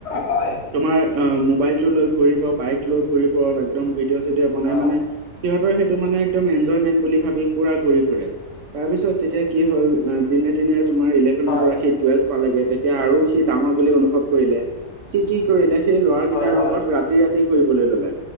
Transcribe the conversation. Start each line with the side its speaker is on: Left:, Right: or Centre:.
Left: হয়।
Right: তোমাৰ অ মোবাইলটো লৈ ঘূৰিব বাইক লৈ ঘূৰিব একদম ভিডিঅ' চিডিঅ' বনাই
Left: অ
Right: মানে - সিহঁতৰ সেইটো মানে একদম এনজয়মেণ্ট বুলি ভাবি পুৰা ঘূৰি ফুৰে। তাৰপিছত তেতিয়া কি হ'ল দিনে দিনে তোমাৰ ইলেভেনৰ
Left: হয়
Right: পৰা সেই টুৱেলভ - পালেগে তেতিয়া আৰু সি ডাঙৰ বুলি অনুভৱ কৰিলে সি কি কৰিলে সেই ল'ৰা
Left: হয়
Right: কেইটাৰ
Left: হয়
Right: লগত ৰা - তি ৰাতি ঘূৰিবলৈ ললে,